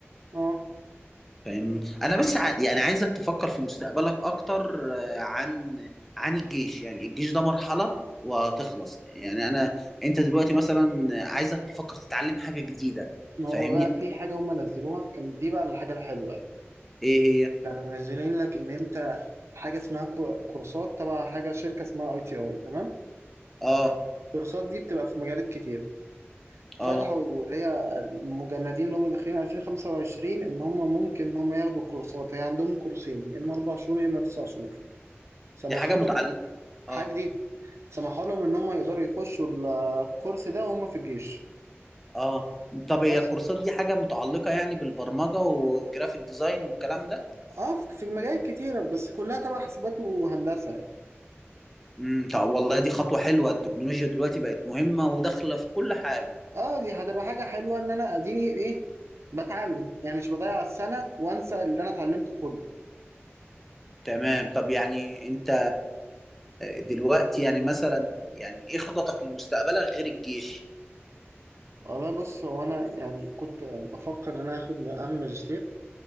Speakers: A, on the right (about 85°); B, in the centre.
A: اه
B: فاهمني انا بس ع... يعني عايزك تفكر في مستقبلك اكتر آه، عن عن الجيش يعني الجيش ده مرحلة وهتخلص يعني انا انت دلوقتي مثلا عايزك تفكر تتعلم حاجة جديدة
A: ما
B: فاهمني
A: هو بقى في حاجة هما نزلوها كان دي بقى الحاجة الحلوة يعني.
B: ايه هي
A: كانوا منزلين لك ان انت حاجة اسمها كو- كورسات تبع حاجة شركة اسمها اي تي اي تمام
B: اه
A: الكورسات دي بتبقى في مجالات كتير فتحوا
B: اه
A: اللي هي المجندين اللي هم داخلين 2025 ان هم ممكن ان هم ياخدوا الكورسات هي عندهم كورسين يا اما اربع شهور يا اما تسع شهور سمحوا
B: دي حاجة متعلقة
A: لهم حاجه
B: اه
A: جديده سمحوا لهم ان هم يقدروا يخشوا ال- الكورس ده وهم في الجيش
B: اه طب هي
A: بس
B: الكورسات دي حاجة متعلقة يعني بالبرمجة والجرافيك ديزاين والكلام ده
A: اه في في مجالات كتيره بس كلها تبع حاسبات وهندسه يعني
B: امم طب والله دي خطوة حلوة التكنولوجيا دلوقتي بقت مهمة وداخلة في كل حاجة
A: اه دي هتبقى حاجه حلوه ان انا اديني ايه بتعلم يعني مش بضيع السنه وانسى اللي انا اتعلمته كله
B: تمام طب يعني انت دلوقتي يعني مثلا يعني ايه خططك لمستقبلك غير الجيش
A: والله بص هو انا يعني كنت بفكر ان انا اخد مقام ماجستير